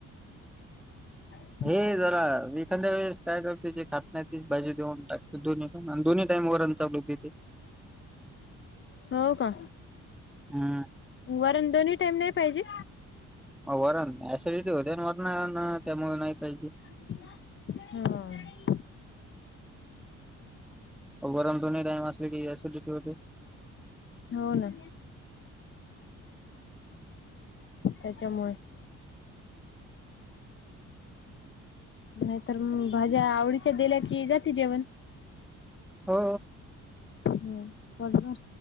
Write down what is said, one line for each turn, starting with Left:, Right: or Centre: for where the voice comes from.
Left: ह
Centre: हे जरा एखाद्या वेळेस काय करते जे खात नाही तेी भाजी देऊन टाकते दोन्ही अन् दोन्ही टाईम वरन चावल देतय
Left: हो का
Centre: हम्म
Left: वरण दोनही टाईम नाही पाहिजे?
Centre: वरण ऍसिडिटी होते ना वरणानं, त्यामुळे नाही पाहिजे
Left: हम्म
Centre: वरन दोनही टाईम असले की ऍसिडिटी होते.
Left: हो ना त्याच्यामुळे नाहीतर मग भाज्या आवडीच्या दिल्या कि जाते जेवण
Centre: हो
Left: हो पोटभर